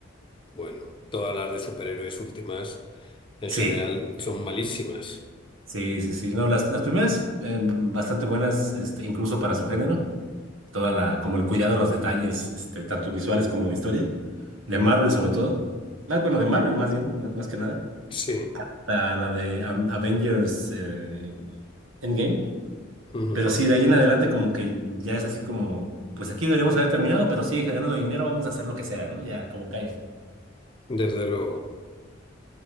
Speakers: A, on the left; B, on the right.
A: Bueno, todas las de superhéroes últimas en
B: Sí,
A: general son malísimas.
B: sí, sí, sí. No, las, las primeras eh, bastante buenas, este, incluso para su género. Toda la, como el cuidado en los detalles, este, tanto visuales como de historia. De Marvel sobre todo. Más, bueno, de Marvel más bien, más más que nada.
A: Sí,
B: la, la de Am- Avengers eh, Endgame.
A: ujú,
B: Pero sí, de ahí en adelante como que ya es así como, pues aquí deberíamos haber terminado, pero sigue generando dinero, vamos a hacer lo que sea, ¿no? Ya, como caiga.
A: desde luego.